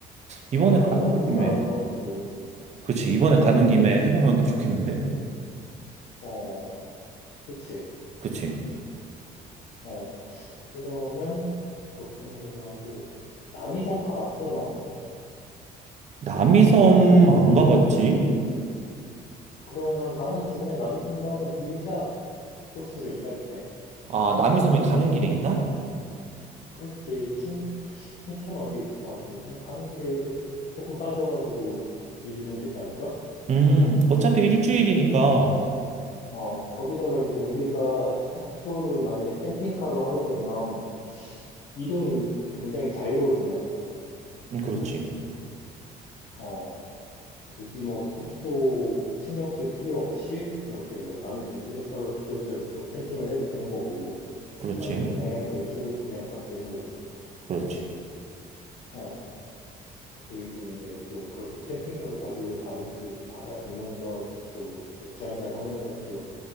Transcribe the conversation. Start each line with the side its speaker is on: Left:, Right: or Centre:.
Right: 이번에
Left: 어, 나도
Right: 가는
Left: 한 번도
Right: 김에
Left: 안 해봐갖고,
Right: 그치 이번에 가는 김에 해보면 또 좋겠는데?
Left: 어, 그치?
Right: 그치.
Left: 어, 그러면 그렇게 하는 걸로 하고 남이섬 가봤어 너?
Right: 남이섬 안 가봤지?
Left: 그러면 가는 중에 남이섬도 한번 들리자 코스를 짤 때.
Right: 아, 남이섬이 가는 길에 있나?
Left: 그렇지 춘 춘천 어디 있을 것 같은데 뭐 가는 길에 이렇게 조, 조금 빠져가지고 들리면 되지 않을까?
Right: 음, 어차피 일주일이니까
Left: 어 거기다가 이제 우리가 숙소를 만약에 캠핑카로 하게 되면 이동이 굉장히 자유로워진단 말이야, 그지?
Right: 음, 그렇지.
Left: 어 굳이 뭐 숙소 신경 쓸 필요 없이 이렇게 뭐 남이섬 들렸다가 그 근처에서 또 캠핑을 해도 되는 거고.
Right: 그렇지.
Left: 아니면 양양까지 쭉 그냥 가도 되는 거고.
Right: 그렇지.
Left: 어, 그리고 이제 또 그렇게 캠핑카를 가지고 가면 또 이제 바다 보면서 또 맥주 한잔 하면서 또